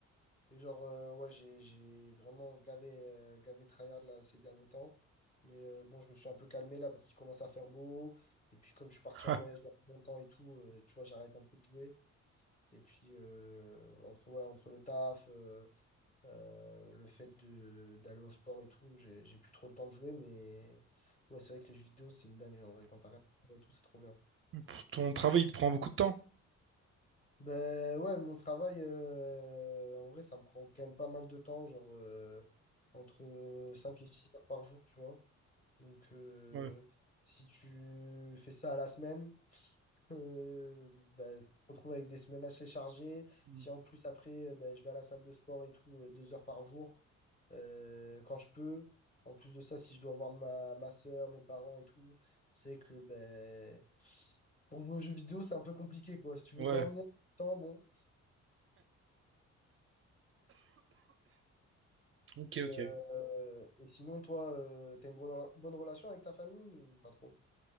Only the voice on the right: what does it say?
Ah,
pour ton travail, il te prend beaucoup de temps.
Ouais.
Mm.
Ouais.
Ok,
ok.